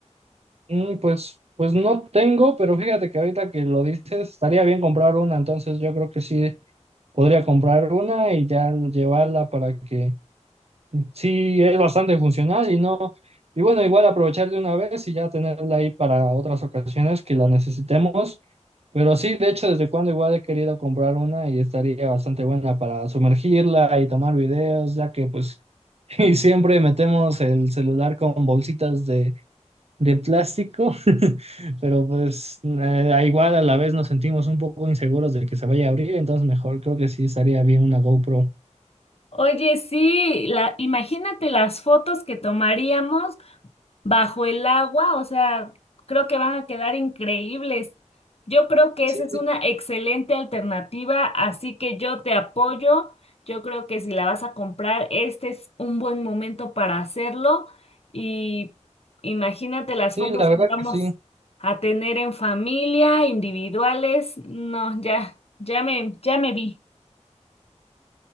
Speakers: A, on the right; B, on the left.
A: Mm, pues, pues no tengo, pero fíjate que ahorita que lo dices, estaría bien comprar una, entonces yo creo que sí podría comprar una y ya llevarla para que sí es bastante funcional y no, y bueno, igual aprovechar de una vez y ya tenerla ahí para otras ocasiones que la necesitemos. Pero sí, de hecho, desde cuando igual he querido comprar una y estaría bastante buena para sumergirla y tomar videos, ya que pues <laughs> y siempre metemos el celular con bolsitas de, de plástico, <laughs> pero pues eh, a igual a la vez nos sentimos un poco inseguros de que se vaya a abrir, entonces mejor creo que sí estaría bien una GoPro.
B: Oye, sí, la, imagínate las fotos que tomaríamos bajo el agua, o sea, creo que van a quedar increíbles. Yo creo que
A: Sí,
B: esa es una excelente alternativa, así que yo te apoyo. Yo creo que si la vas a comprar, este es un buen momento para hacerlo y imagínate las
A: sí,
B: fotos
A: la verdad
B: que vamos
A: que sí.
B: a tener en familia, individuales. No, ya, ya me, ya me vi.